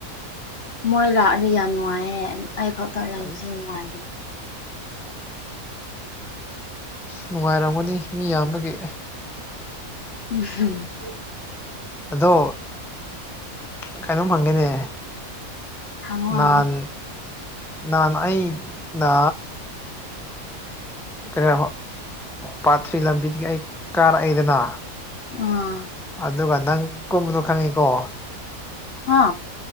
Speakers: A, on the left; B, in the centre.
A: ꯃꯣꯏ ꯂꯥꯛꯑꯗꯤ ꯌꯥꯝ ꯅꯨꯡꯉꯥꯏꯌꯦ꫰ꯑꯩ ꯈꯛꯇ
B: ꯑꯁ
A: ꯂꯩꯕꯁꯤ ꯌꯥꯝ ꯅꯨꯡꯉꯥꯏꯖ
B: ꯅꯨꯡꯉꯥꯏꯔꯝꯒꯅꯤ ꯃꯤ ꯌꯥꯝꯕꯒꯤ
A: <unintelligible>
B: ꯑꯗꯣ ꯀꯩꯅꯣꯝ ꯍꯪꯒꯦꯅꯦ
A: ꯍꯪꯉꯣ ꯍꯪꯉꯣ
B: ꯅꯥꯟ ꯅꯥꯟ ꯑꯩ ꯅ ꯀꯔꯤ ꯄꯥꯠ ꯊ꯭ꯔꯤ ꯂꯝꯕꯤꯗꯒꯤ ꯑꯩ ꯀꯥꯔꯛꯏꯗꯅ
A: ꯎꯝ
B: ꯑꯗꯨꯒ ꯅꯪ ꯀꯨꯝꯕꯗꯣ ꯈꯪꯉꯤꯀꯣ
A: ꯍꯥ